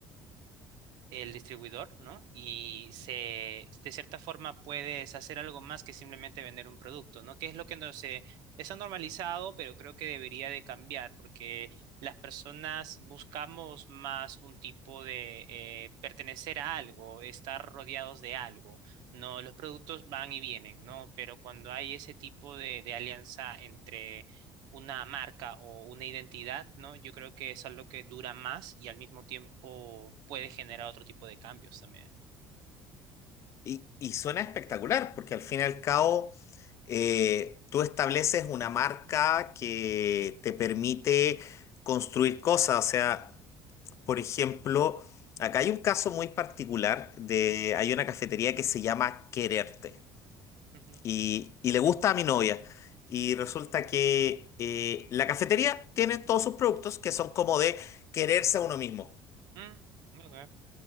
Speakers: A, on the right (about 70°); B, on the left (about 40°).
A: el distribuidor, ¿no? Y se, de cierta forma puedes hacer algo más que simplemente vender un producto, ¿no? Que es lo que no se está normalizado, pero creo que debería de cambiar porque las personas buscamos más un tipo de eh, pertenecer a algo, estar rodeados de algo, ¿no? Los productos van y vienen, ¿no? Pero cuando hay ese tipo de, de alianza entre una marca o una identidad, ¿no? Yo creo que es algo que dura más y al mismo tiempo puede generar otro tipo de cambios también.
B: Y, y suena espectacular, porque al fin y al cabo eh, tú estableces una marca que te permite construir cosas. O sea, por ejemplo, acá hay un caso muy particular de, hay una cafetería que se llama Quererte.
A: Ujú.
B: y, y le gusta a mi novia. Y resulta que eh, la cafetería tiene todos sus productos que son como de quererse a uno mismo.
A: Mm, ok.